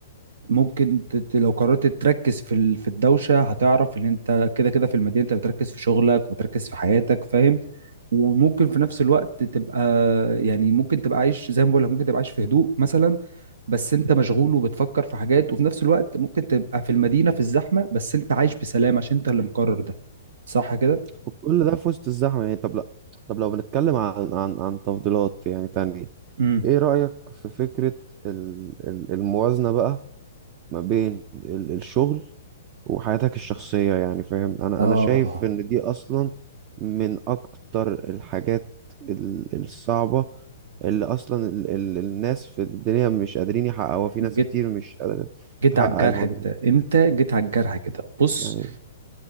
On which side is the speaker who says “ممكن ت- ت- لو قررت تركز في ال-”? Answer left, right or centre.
Right